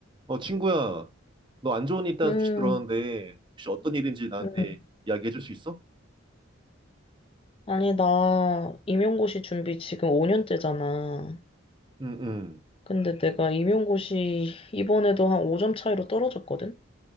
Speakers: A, on the right; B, on the left.
A: 어, 친구야, 너 안 좋은 일 있다는
B: 음,
A: 소식 들었는데, 혹시 어떤 일인지 나한테
B: 음.
A: 이야기해 줄 수 있어?
B: 아니, 나 임용고시 준비 지금 5년째잖아.
A: 응, 응.
B: 근데 내가 임용고시 이번에도 한 5점 차이로 떨어졌거든?